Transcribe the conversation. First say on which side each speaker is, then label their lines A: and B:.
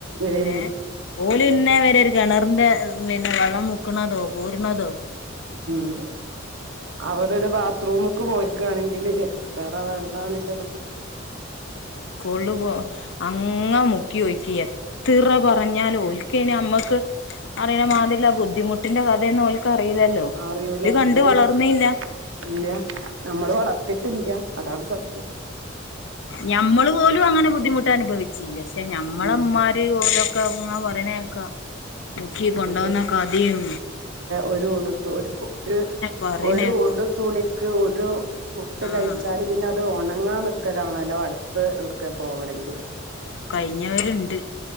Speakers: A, on the right; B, on the left.
A: ഏയ്
B: ഏ ഓലിന്നെവരെ
A: ഉം
B: കിണറിന്റെ പിന്നെ വെള്ളം മുക്കണതോ കോരുണ തോ
A: ഉം അവരരു ഭാ റൂമക്ക് പോയികയാണെങ്കിൽ എത്രറ വെള്ളാണ് <inaudible>
B: <inaudible> ആ സ്കൂള് പോ ആ അങ്ങ മുക്കിഒയിക്കി എത്ര പറഞ്ഞാലും ഒലിക്കനി നമ്മക്ക് അറിയണ മാതില്ല ബുദ്ധിമുട്ടിന്റെ കഥയൊന്നും ഓൽക്ക് അറിലല്ലോ
A: അറിയൂല
B: ഓൽ കണ്ട്
A: അതന്നെ
B: വളർന്നില്ല
A: ഇല്ല നമ്മൾ വളർത്തിട്ടില്ല അതാണ് സത്യം
B: ഞമ്മള് പോലും അങ്ങനെ ബുദ്ധിമുട്ട് അ നുഭിച്ചില്ല പക്ഷെ നമ്മളെ
A: ഉം
B: ഇമ്മാര് ഓ ലൊക്കെ പറയിണേക്ക മുക്കി കൊണ്ടോന്നൊക്കെ
A: ഒരു
B: കഥീം,
A: ഒരു ഉടുത്ത് ഒരു
B: പറയണേക്കാ
A: ഒരുഉടു തുണി ക്ക് ഒരു പുട്ട്കഴിച്ചാല്
B: ആഹ്
A: പിന്നെ, അത് ഒണങ്ങാൻ നിക്കലാണല്ലോ അടുത്ത് എവിടക്ക പോവണമെങ്കിൽ
B: കയിഞ്ഞവര്ണ്ട്